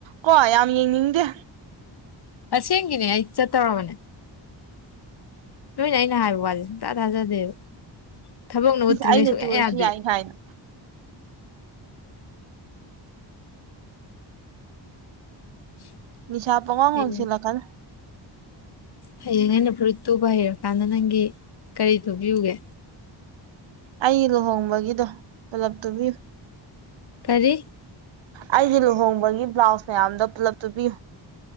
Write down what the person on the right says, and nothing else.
ꯀꯣ ꯌꯥꯝ ꯌꯦꯡꯅꯤꯡꯗꯦ
ꯑꯩꯅ
ꯇꯨꯔꯁꯨ
ꯌꯥꯏ ꯀꯥꯏꯅ
ꯅꯤꯁꯥ ꯄꯪꯋꯥꯡ
ꯋꯥꯡꯁꯤꯜꯂꯛꯀꯅꯨ꯫
ꯑꯩ ꯂꯨꯍꯣꯡꯕꯒꯤꯗꯣ ꯄꯨꯂꯞ ꯇꯨꯕꯤꯌꯨ
ꯑꯩꯒꯤ ꯂꯨꯍꯣꯡꯕꯒꯤ ꯕ꯭ꯂꯥꯎꯁ ꯃꯌꯥꯝꯗꯣ ꯄꯨꯂꯞ ꯇꯨꯕꯤꯌꯨ꯫